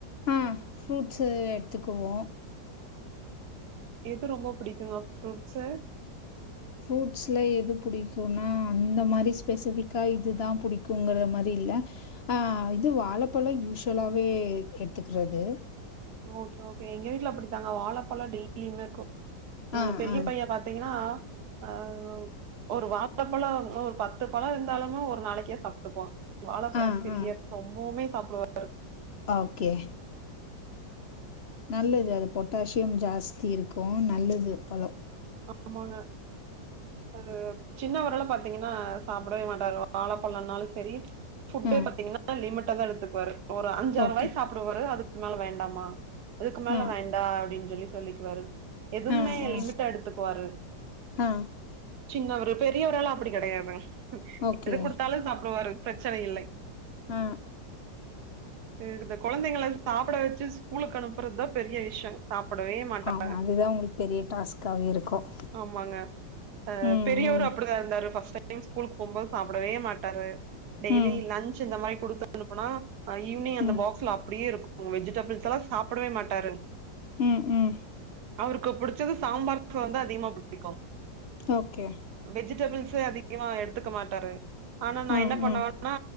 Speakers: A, on the left (about 55°); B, on the right (about 65°).
A: ம் ஃப்ரூட்ஸ்ஸு எடுத்துக்குவோ
B: எது ரொம்ப புடிக்குங்க ஃப்ரூட்ஸ்ஸு
A: ஃப்ரூட்ஸ்ல எது புடிக்குன்னா அந்த மாரி ஸ்பெசிஃபிக்கா இதுதா புடிக்குங்கற மாரி இல்ல ஆ இது வாழைப்பழம் யூஸ்வலாவே எடுத்துக்கிறது
B: ஓகே ஓகே எங்க வீட்ல அப்டித்தாங்க வாழைப்பழ டெய்லியுமே இருக்கு எங்க
A: ஆ,
B: பெரிய
A: ஆ,
B: பையே பாத்தீங்கன்னா ஆ ஒரு வா ழப்பழ ஒரு பத்து பழ இருந்தாலுமே ஒரு நாளைக்கே சாப்ட்டுக்குவா வாழப்பழ
A: ஆ,
B: பிரியர்
A: ஆ.
B: ரொம்பவுமே சாப்டுவார்
A: ஓகே நல்லது அது பொட்டாசியம் ஜாஸ்தி இருக்கு நல்லது பழ
B: ஆமாங்க ஆ சின்னவரெல்லா பாத்தீங்கன்னா சாப்டவே மாட்டாரு வாழப்பழனாலு செரி ஃபுட்டே
A: ஆ.
B: பாத்தீங்கன்னா லிமிட்டா தா எடுத்துக்குவாரு ஒரு அஞ்சாறு
A: ஓகே.
B: வாய் சாப்பிடுவாரு அதுக்கு மேல வேண்டாமா அதுக்கு மேல
A: ஆ,
B: வேண்டா அப்டீன் சொல்லி சொல்லிக்குவாரு எதுவுமே
A: ஆ, ஆ,
B: லிமிட்டா எடுத்துக்குவாரு
A: ஆ
B: சின்னவரு பெரியவரெல்லா அப்டி கெடையாதுங்
A: ஓகே.
B: எது குடுத்தாலு சாப்டுவாரு பிரச்சனை இல்லை
A: ஆ
B: ம் எனக்கிந்த கொழந்தைங்கள சாப்ட வச்சு ஸ்கூலுக்கு அனுப்புறதா பெரிய விஷ்யோ சாப்டவே மாட்டாங்க
A: ஆமா, அதுதான் உங்களுக்கு பெரிய டாஸ்க்காவே இருக்கும்.
B: ஆமாங்க ஆ
A: ம்,
B: பெரியவரு
A: ம்,
B: அப்டிதா இருந்தாரு ஃபர்ஸ்ட் டைம் ஸ்கூலுக்கு போகும்போது சாப்டவே மாட்டாரு டெய்லி
A: ம்,
B: லன்ச் இந்த மாரி குடுத்தனுப்புனா ஆ ஈவினிங் அந்த
A: ம்,
B: பாக்ஸ்ல அப்டியே இருக்கு உ வெஜிடபிள்ஸ்ல்லா சாப்டவே மாட்டாரு
A: ம் ம்
B: அவருக்கு புடிச்சது சாம்பார் சாதந்தா அதிகமா புடிக்கு
A: ஓகே
B: வெஜிடபிள்ஸே அதிகமா எடுத்துக்க மாட்டாரு ஆனா நா
A: ம்,
B: என்ன பண்ணுவேன்னா
A: ம்,